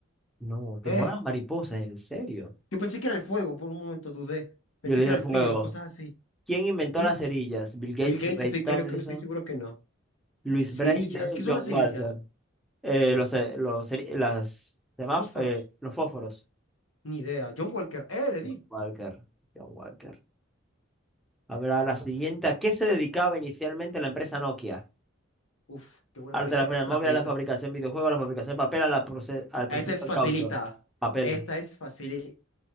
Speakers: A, in the centre; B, on the left.
A: No, temor
B: Eh,
A: a las mariposas, en serio.
B: yo pensé que era el fuego, por un momento dudé. Pensé
A: Yo le
B: que
A: di
B: era
A: el
B: el
A: fuego.
B: piro, cosas así.
A: ¿Quién inventó
B: ¿Quién?
A: las cerillas? Bill Gates,
B: Bill Gates,
A: Ray
B: estoy,
A: Tomlinson,
B: creo que estoy seguro que no.
A: Luis
B: Cerillas,
A: Braille,
B: ¿qué son
A: John
B: las cerillas?
A: Walker. Eh, los, eh, los, seri- las, semáf-
B: Fósforos,
A: eh, los fósforos.
B: ni idea. John Walker, eh, le
A: John
B: di.
A: Walker. John Walker. Habrá la siguiente. ¿A qué se dedicaba inicialmente la empresa Nokia?
B: Uf, qué bueno
A: A
B: que
A: la
B: lo hice
A: telefonía
B: rapidito.
A: móvil, a la fabricación de videojuegos, a la fabricación de papel, a la proce- al proceso
B: Esta es
A: del
B: facilita.
A: caucho. Papel,
B: Esta es facilita.